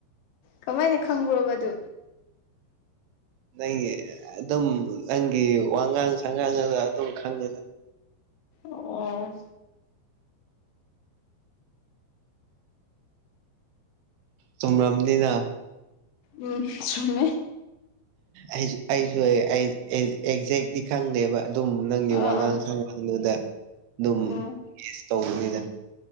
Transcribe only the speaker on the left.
ꯀꯃꯥꯏꯅ ꯈꯪꯕꯔ‌ꯣꯕ ꯑꯗꯨ
ꯑꯣ
ꯎꯝ ꯁꯨꯝꯃꯦ
ꯑꯥ
ꯑꯥ
ꯎꯝ